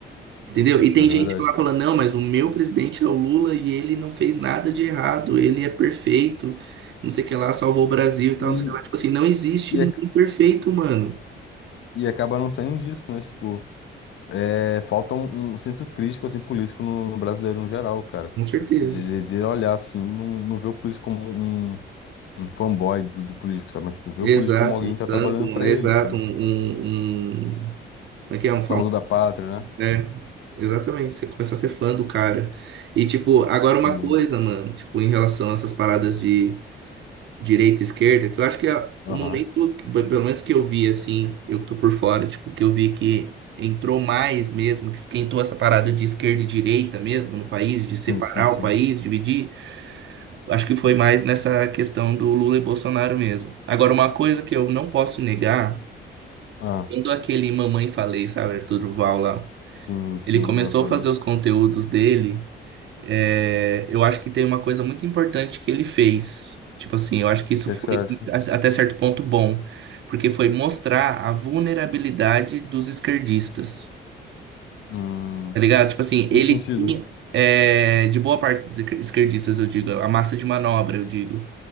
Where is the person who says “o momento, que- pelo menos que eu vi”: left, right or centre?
Right